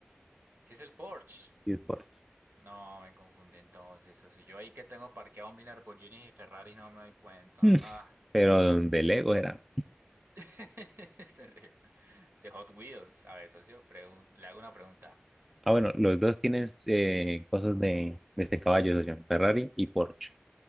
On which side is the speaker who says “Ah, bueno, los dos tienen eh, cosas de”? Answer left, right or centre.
Centre